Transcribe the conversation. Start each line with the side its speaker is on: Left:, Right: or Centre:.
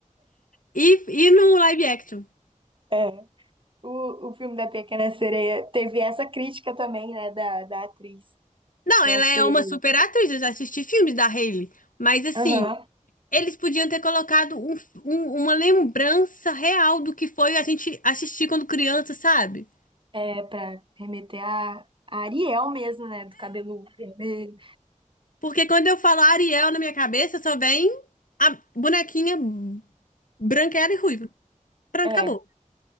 Left: e, e no live action.
Right: É. O, o filme da Pequena Sereia teve essa crítica também, né, da, da atriz.
Left: Não,
Right: Não
Left: ela
Right: sei.
Left: é uma super atriz, eu já assisti filmes da Hailey, mas assim.
Right: Aham.
Left: Eles podiam ter colocado um- um- uma lembrança real do que foi a gente assistir quando criança, sabe?
Right: É, pra remeter a, a Ariel mesmo, né? Do cabelo vermelho.
Left: Porque quando eu falo Ariel na minha cabeça, só vem a bonequinha branquela e ruiva. Pronto,
Right: É,
Left: acabou.